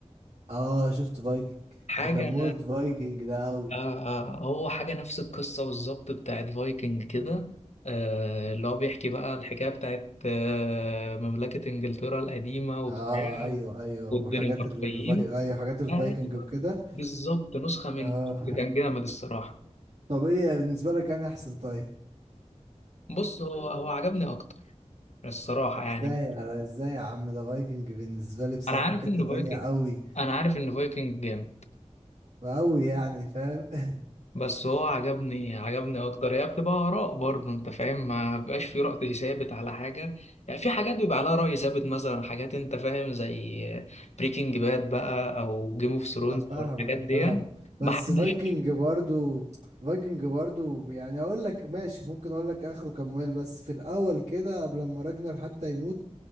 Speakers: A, on the right; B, on the left.
A: اه شفت فايكنج
B: حاجة
A: ده كان مود فايكنج ده قوي
B: آه آه، هو حاجة نفس القصة بالظبط بتاعت فايكنج كده آه اللي هو بيحكي بقى الحكاية بتاعت آه مملكة إنجلترا القديمة وبتاع
A: اه ايوه ايوه
B: والدنماركيين
A: وحاجات الفاي... ايوه حاجات الفايكنج
B: أيوه
A: وكده
B: بالظبط نسخة منه
A: اه
B: كان جامد الصراحة
A: طب ايه بالنسبة لك انا احسن طيب
B: بص هو هو عجبني أكتر الصراحة يعني
A: ازاي يا- ازاي يا عم ده فايكنج بالنسبة لي بصراحة
B: أنا عارف
A: في حتة
B: إن
A: تانية
B: فايكنج
A: قوي
B: أنا عارف إن فايكنج جامد
A: قوي يعني فاهم <laughs>
B: بس هو عجبني عجبني اكتر هي بتبقى اراء برضه انت فاهم ما بيبقاش في رأي ثابت على حاجه يعني في حاجات بيبقى عليها رأي ثابت مثلا حاجات انت فاهم زي بريكنج باد بقى او جيم اوف ثرونز
A: انا فاهمك
B: او الحاجات دي
A: فاهم بس
B: ما حدش
A: فايكنج برضو فايكنج برضو يعني اقول لك ماشي ممكن اقول لك اخره كمل بس في الاول كده قبل ما راجنر حتى يموت